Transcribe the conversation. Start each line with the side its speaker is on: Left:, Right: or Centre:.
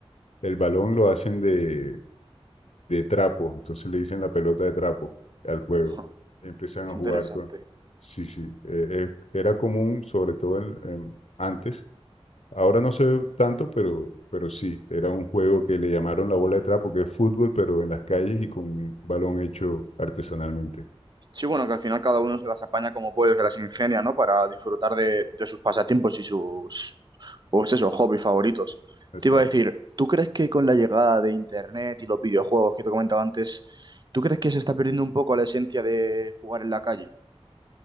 Left: el balón, lo hacen de, de trapo. Entonces le dicen la pelota de trapo al juego.
Right: ja,
Left: Empiezan a
Right: qué
Left: jugar
Right: interesante.
Left: con... Sí, sí, eh, eh, era común, sobre todo en- en- antes Ahora no se ve tanto, pero, pero sí, era un juego que le llamaron la bola de trapo, que es fútbol, pero en las calles y con un balón hecho artesanalmente.
Right: Sí, bueno, que al final cada uno se las apaña como puede, se las ingenia, ¿no? Para disfrutar de, de sus pasatiempos y sus, pues eso, hobbies favoritos.
Left: Exacto.
Right: Te iba a decir, ¿tú crees que con la llegada de Internet y los videojuegos que te comentaba antes, ¿tú crees que se está perdiendo un poco la esencia de jugar en la calle?